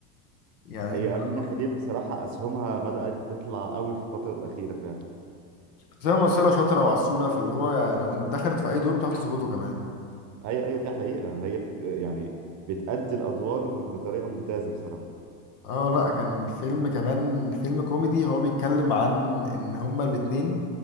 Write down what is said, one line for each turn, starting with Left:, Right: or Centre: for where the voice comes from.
Left: يعني
Right: اي امينه
Left: <laughs>
Right: خليل بصراحه اسهمها بدات تطلع قوي في الفتره الاخيره فعلا
Left: زي ممثلة شاطرة وعسولة فاللي هو لو دخلت في أي دور بتعرف تظبطه كمان
Right: ايوه ايوه دي حقيقه هي بت... يعني بتأدي الادوار بطريقه ممتازه بصراحه
Left: اه لا كان فيلم كمان فيلم كوميدي هو بيتكلم عن ان هما الاتنين